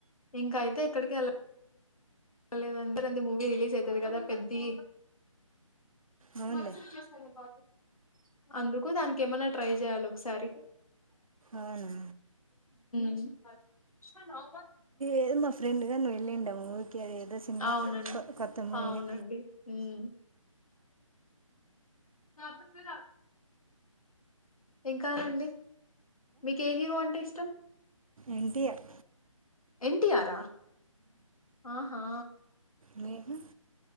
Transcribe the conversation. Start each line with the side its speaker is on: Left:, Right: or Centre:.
Left: ఇంకా అయితే ఎక్కడికి వెలా వెల్ల లేదండి అ మూవీ రలీస్యయితు పెద్దది కదా పెద్ది
Right: అవునులే
Left: మ సచ్చి అస్తానికి బ అందుకు దానికి ఏమన్నా ట్రై చేయాలి ఒకసారి
Right: అవునా
Left: <unintelligible>
Right: ఏదో మా ఫ్రెండ్గా నువ్వు వెళ్ళిండే మూవీకి అది ఏదో సినిమా
Left: అవునండి
Right: కొ- కొత్త మూవీనే
Left: అవునండి హుమ్ సదు రా ఏం కావాలండి మీకు ఏ హీరో అంటే ఇష్టం
Right: ఎన్టీఆర్
Left: ఎన్టీటిఆరా ఆహా
Right: మీకు